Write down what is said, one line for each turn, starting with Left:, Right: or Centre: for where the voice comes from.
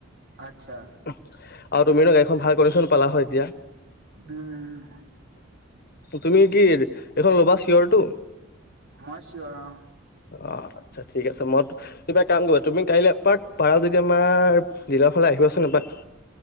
Right: আচ্ছা,
Left: আৰু তুমি ন গা়ীখন ভাল কণ্শ্যন পালা হয় এতিয়া
Right: উম,
Left: তুমি কি এইখন ল'বা চিঞৰটো
Right: মই চিঞৰ অ,
Left: অ', আচ্ছা ঠিক আছে। মইত কিবা কাম কৰিবা তুমি কাইলৈ এপাক পাৰা যদি আমাৰ দিলৰ ফালে আহিবাচোন এপাক